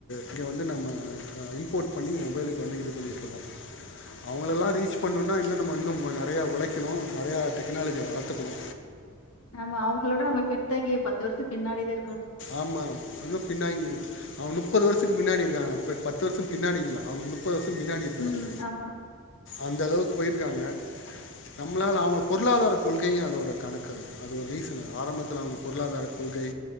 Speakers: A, on the left; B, on the left.
A: இங்க வந்து நம்ம அ இம்போர்ட் பண்ணி மொபைலுக்கு வந்து இது பண்ணிட்ருக்கோ அவுங்களெல்லா ரீச் பண்ணுனா இன்னு நம்ம இன்னு நெறையா ஒழைக்கணு நெறையா டெக்னாலஜிய வளத்துக்கணு
B: ஆமா அவுங்களோட நம்ம பின்தங்கி பத்து வருஷோ பின்னாடிதா இருக்
A: ஆமா <unintelligible> பின்னாங்கி அவ முப்பது வருசுக்கு பின்னாடி இருக்காங்க ப பத்து வருஷோ பின்னாடி இல்ல அவுங் முப்பது வருஷோ மின்னாடி இருக்கறாங்க
B: ம். ஆமா.
A: அந்தளவுக் போயிருக்காங்க நம்ளால அவங் பொருளாதார கொள்கைய அதோட கணக்கது அது ஒரு ரீசன் ஆரம்பத்துல அவுங்க பொருளாதார கொள்கை